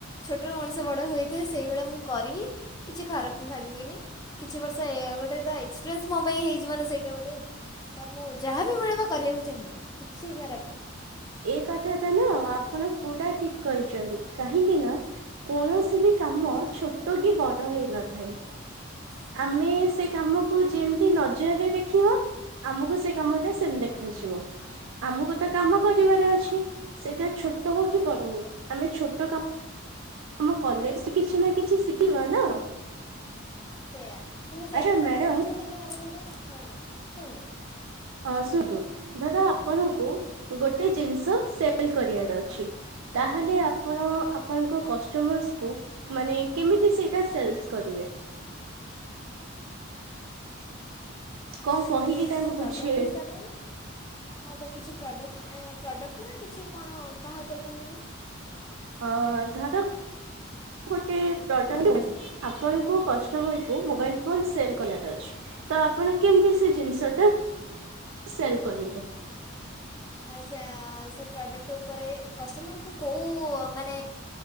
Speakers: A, on the left; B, on the right.
A: ଛୋଟରୁ ମଣିଷ ବଡ ହେଇଥାଏ ସେଇଭଳିଆ ମୁଁ କରିବି କିଛି ଖରାପ ଭାବିବିନି କିଛି ବର୍ଷ ଏ ଗୋଟେ ତ ଏକ୍ସପିରିଏନ୍ସ ମୋ ପାଇଁ ହେଇଯିବ ନା ସେଠ ମୁଁ ଗୋଟେ ତ ମୁଁ ଯାହାବି ମିଳିବ କରିବାକୁ ଚାହିଁବି କିଛି ଖରାପ ନାହିଁ।
B: ଏ କଥା ଟା ନା ଆପଣ ପୁରା ଠିକ୍ କହିଛନ୍ତି କାହିଁକି ନା କୌଣସି ବି କାମ ଛୋଟ କି ବଡ ହେଇନଥାଏ।
A: ହଁ
B: ଆମେ ସେ କାମକୁ ଯେମିତି ନଜରରେ ଦେଖିବା ଆମକୁ ସେ କାମଟା ସେମିତି ଦେଖ ଯିବ ଆମକୁ ତ କାମ କର ରିବାର ଅଛି ସେଇଟା ଛୋଟ ହୋଉ
A: ସେଇଆ
B: କି ବଡ ହୋଉ ଆମେ ଛୋଟ କାମ ଆମ କଲେଜ କିଛି ନା କିଛି ଶିଖିବା ନା।
A: ସେଇଆ କିନ୍ତୁ ସେଇଟା
B: ଆଚ୍ଛା
A: ଲୋକ
B: ମ୍ୟାଡାମ
A: ବୁଝନ୍ତିନି ଭାବନ୍ତି କି ହଁ କୁହନ୍ତୁ
B: ଆସୁନ୍ତୁ ଧର ଆପଣଙ୍କୁ ଗୋଟେ ଜିନିଷ ସେଲ କରିବାର ଅଛି। ତାହେଲେ ଆପଣ ଆପଣଙ୍କ କଷ୍ଟମର୍ସକୁ ମାନେ କେମିତି ସେଇଟା ସେଲସ୍ କରିବେ? କଣ
A: ମାନେ
B: କହିକି ତାଙ୍କୁ
A: କିଛି ପ୍ରଡକ୍ଟ
B: ବୁଝେଇବେ?
A: ହିସାବରେ ହଁ ତ କିଛି ପ୍ରଡ ପ୍ରଡ଼କ୍ଟ ନା କିଛି କଣ କାହା ଉପରେ କହୁନାହାନ୍ତି।
B: ଅ ଧର ଗୋଟେ ଆପଣ କଷ୍ଟମରକୁ ମୋବାଇଲ ଫୋନ୍ ସେଲ୍ କରିଆର ତ ଆପଣ କେମତିି ସେ ଜିନିଷଟା ସେଲ୍ କରିବେ
A: ଆଛା ସେ ପ୍ରଡକ୍ଟ ଉପରେ କଷ୍ଟମରକୁ କୋଉ ମାନେ